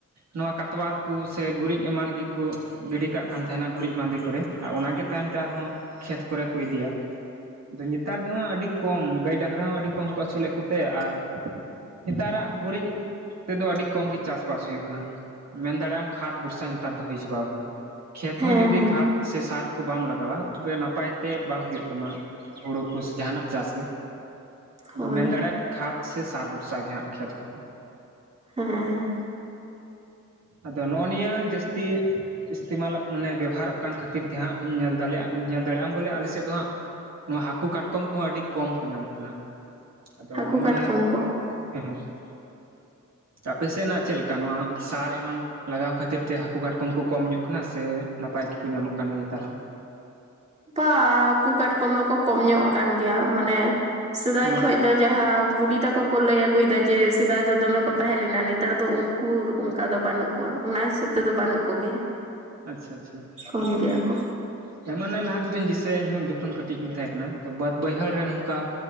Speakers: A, on the right; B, on the right.
A: ᱱᱚᱣᱟ ᱠᱟᱛᱣᱟᱨ ᱠᱚ ᱥᱮ ᱜᱩᱨᱤᱡ ᱮᱢᱟᱱ ᱜᱮᱠᱚ ᱜᱤᱰᱤ ᱠᱟᱜ ᱠᱟᱱ ᱛᱟᱦᱮᱱᱟ ᱜᱩᱨᱤᱡ ᱢᱟᱫᱮ ᱠᱚᱨᱮ ᱚᱱᱟ ᱜᱮ ᱛᱟᱭᱚᱢ ᱛᱮ ᱟᱨᱦᱚᱸ ᱠᱷᱮᱛ ᱠᱚᱨᱮ ᱠᱚ ᱤᱫᱤᱭᱟ ᱟᱫᱚ ᱱᱮᱛᱟᱨ ᱫᱚ ᱦᱟᱸᱜ ᱟᱹᱰᱤ ᱠᱚᱢ ᱜᱟᱹᱭ ᱰᱟᱝᱨᱟ ᱦᱚᱸ ᱟᱹᱰᱤ ᱠᱚᱢ ᱠᱚ ᱟᱹᱥᱩᱞᱮᱫ ᱠᱚᱛᱮ ᱟᱨ ᱱᱮᱛᱟᱨᱟᱜ ᱜᱩᱨᱤᱡ ᱛᱮᱫᱚ ᱟᱹᱰᱤ ᱠᱚᱢ ᱜᱮ ᱪᱟᱥᱼᱵᱟᱥ ᱦᱩᱭᱩᱜ ᱠᱟᱱᱟ ᱢᱮᱱ ᱫᱟᱲᱮᱭᱟᱜ ᱟᱢ ᱠᱷᱟᱫᱽ ᱵᱷᱚᱨᱥᱟ ᱱᱮᱛᱟᱨ ᱫᱚ ᱦᱩᱭ ᱪᱟᱵᱟᱣ ᱠᱟᱱᱟ ᱠᱷᱮᱛ
B: ᱦᱮᱸ
A: ᱦᱚᱸ ᱡᱩᱫᱤ
B: ᱦᱮᱸ
A: ᱠᱷᱟᱛ ᱥᱮ ᱥᱟᱨ ᱠᱚ ᱵᱟᱢ ᱞᱟᱜᱟᱣᱟ ᱛᱚᱵᱮ ᱱᱟᱯᱟᱭ ᱛᱮ ᱵᱟᱝ ᱦᱩᱭᱩᱜ ᱛᱟᱢᱟ ᱛᱟᱢᱟ ᱦᱩᱲᱩ ᱠᱚ ᱡᱟᱦᱟᱱᱟᱜ ᱪᱟᱥ ᱜᱮ ᱟᱫᱚ
B: ᱦᱳᱭ
A: ᱢᱮᱱ ᱫᱟᱲᱮᱭᱟᱜᱼᱟ ᱠᱷᱟᱫᱽ ᱥᱮ ᱥᱟᱨ ᱵᱷᱚᱨᱥᱟ ᱜᱮ ᱦᱟᱸᱜ ᱠᱷᱮᱛ ᱠᱚᱦᱚᱸ
B: ᱦᱮᱸ
A: ᱟᱫᱚ ᱱᱚᱜᱼᱚ ᱱᱤᱭᱟᱹ ᱡᱟᱹᱥᱛᱤ ᱤᱥᱛᱮᱢᱟᱞ ᱢᱟᱱᱮ ᱵᱮᱵᱚᱦᱟᱨᱚᱜ ᱠᱟᱱ ᱠᱷᱟᱹᱛᱤᱨ ᱛᱮ ᱦᱟᱸᱜ ᱧᱮᱞ ᱫᱮ ᱧᱮᱞ ᱫᱟᱲᱮᱭᱟᱜ ᱟᱢ ᱵᱚᱞᱮ ᱟᱞᱮ ᱥᱮᱫ ᱫᱚ ᱦᱟᱸᱜ ᱱᱚᱣᱟ ᱦᱟᱹᱠᱩ ᱠᱟᱴᱠᱚᱢ ᱠᱚᱦᱚᱸ ᱟᱹᱰᱤ ᱠᱚᱢ ᱠᱚ ᱧᱟᱢᱚᱜ ᱠᱟᱱᱟ ᱟᱫᱚ
B: ᱦᱟᱹᱠᱩ
A: ᱱᱚᱜ
B: ᱠᱟᱴᱠᱚᱢ
A: ᱱᱤᱭᱟᱹ
B: ᱠᱚ
A: ᱦᱮᱸ ᱦᱮᱸ <unintelligible>
B: <inaudible>
A: ᱟᱯᱮᱥᱮᱱᱟᱜ ᱪᱮᱫᱞᱮᱠᱟ ᱱᱚᱣᱟ ᱥᱟᱨ ᱮᱢᱟᱱ ᱞᱟᱜᱟᱣ ᱠᱷᱟᱹᱛᱤᱨ ᱛᱮ ᱦᱟᱹᱠᱩ ᱠᱟᱴᱠᱚᱢ ᱠᱚ ᱠᱚᱢ ᱧᱚᱜ ᱠᱟᱱᱟ ᱥᱮ ᱱᱟᱯᱟᱭ ᱜᱮᱠᱚ ᱧᱟᱢᱚᱜ ᱠᱟᱱ ᱜᱮᱭᱟ ᱱᱮᱛᱟᱨ ᱦᱚᱸ
B: ᱵᱟ ᱦᱟᱹᱠᱩ ᱠᱟᱴᱠᱚᱢ ᱫᱚᱠᱚ ᱠᱚᱢ ᱧᱚᱜ ᱟᱠᱟᱱ ᱜᱮᱭᱟ ᱢᱟᱱᱮ ᱥᱮᱫᱟᱭ
A: ᱱᱚᱣᱟ
B: ᱠᱷᱚᱱ ᱫᱚ ᱡᱟᱦᱟᱸ ᱵᱩᱰᱤ ᱛᱟᱠᱚ ᱠᱚ ᱞᱟᱹᱭ ᱟᱹᱜᱩᱭᱮᱫ ᱥᱮᱫᱟᱭ ᱡᱮ ᱥᱮᱫᱟᱭ ᱫᱚ ᱫᱚᱢᱮ ᱠᱚ ᱛᱟᱦᱮᱸ ᱞᱮᱱᱟ ᱱᱮᱛᱟᱨ ᱫᱚ ᱩᱱᱠᱩ ᱚᱱᱠᱟ ᱫᱚ ᱵᱟᱹᱱᱩᱜ ᱠᱚᱣᱟ ᱚᱱᱟ ᱦᱤᱥᱟᱹᱵᱽ ᱛᱮᱫᱚ ᱵᱟᱹᱱᱩᱜ ᱠᱚᱣᱟ ᱠᱚᱜᱮᱭᱟ
A: ᱟᱪᱪᱷᱟ ᱟᱪᱪᱷᱟ
B: ᱠᱚᱢ ᱜᱮᱭᱟ ᱠᱚ
A: ᱦᱮᱸ ᱢᱚᱱᱮ ᱞᱟᱦᱟ ᱛᱮᱫᱚᱧ ᱫᱤᱥᱟᱹᱭᱟ ᱤᱧᱦᱚᱸ ᱡᱚᱠᱷᱚᱱ ᱠᱟᱹᱴᱤᱡ ᱜᱤᱧ ᱛᱟᱦᱮᱸ ᱠᱟᱱᱟ ᱛᱚ ᱵᱟᱹᱫ ᱵᱟᱹᱭᱦᱟᱹᱲ ᱨᱮ ᱱᱚᱝᱠᱟ